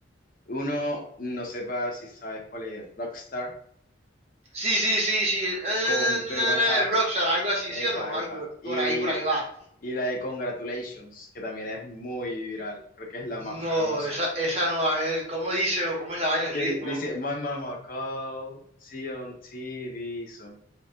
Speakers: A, on the left (about 45°); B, on the right (about 30°).
A: Uno no sepa si sabes cuál es Rockstar
B: Sí, sí, sí, sí, eh,
A: con Twenty
B: na,
A: One
B: na,
A: Savage.
B: Rockstar, algo así,
A: Epa,
B: ¿sí o no? Algo
A: epa. Y,
B: por ahí, por ahí va.
A: y la de Congratulations, que también es muy viral. Creo que es la más
B: No,
A: famosa.
B: esa, esa no, a ver, ¿cómo dice o cómo es la vaina, el
A: Que
B: ritmo?
A: dice, My mama called, see on TV, so.